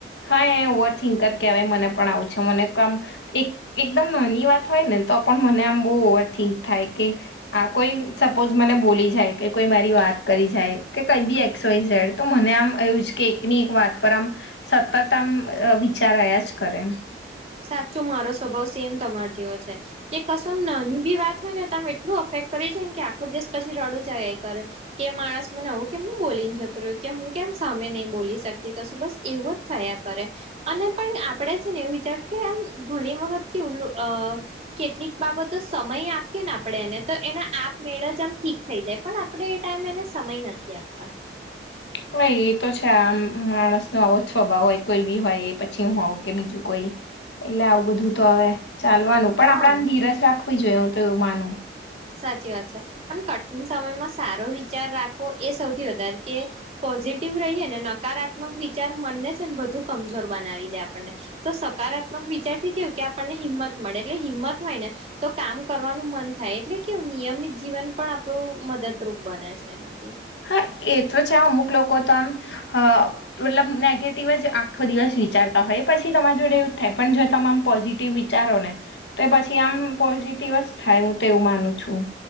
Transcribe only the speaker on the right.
સાચો મારો સ્વભાવ સેમ તમારો જેવો છે. કે કશોમ નાની બી વાત હોય ને તો મે એટલું અફેક્ટ કરી જાય ને કે આખો દિવસ પછી રડું જ આવ્યા કરે. કે માણસ મને આવું કેમનું બોલીને જતૂ રહ્યું ત્યાં હું કેમ સામે નહી બોલી શકતી કશું બસ એવું જ થયા કરે અને પણ આપણે છે ને એવું વિચાર કે આમ ઘણી વખત કેવું કે અ કેટલીક બાબતો સમય આપીએ ને આપણેે એને તો એના આપમેળે જ આમ ઠીક થઈ જાય પણ આપ આપણે એ ટાઈમે એને સમય નથી આપતા.
હા.
સાચી વાત છે પણ કઠિન સમયમાં સારો વિચાર રાખવો એ સૌથી વધારે કે પોઝિટિવ રહીએ ને નકારાત્મક વિચાર મનને છે ને વધું કમજોર બનાવી દે આપણને તો સકારાત્મક વિચાર થી કેવું કે આપણને હિંમત એટલે હિંમત હોય ને તો કામ કરવાનું મન થાય એટલે કેવું નિયમિત જીવન પણ આપણું મદદરૂપ બને છે એનાથી.